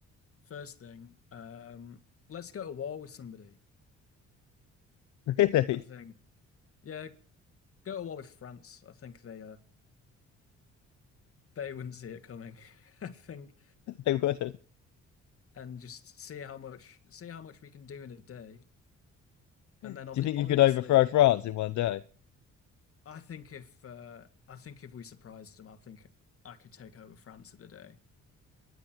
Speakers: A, on the left; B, on the left.
A: first thing, um, let's go to war with somebody.
B: <laughs> Really?
A: I think,
B: <laughs>
A: yeah, go to war with France. I think they uh, they wouldn't see it coming. <laughs> I think,
B: They wouldn't.
A: and just see how much see how much we can do in a day, and
B: Do
A: then obvi
B: you think
A: obviously
B: you could overthrow France in one day?
A: I think if uh, I think if we surprised them, I think I could take over France in a day.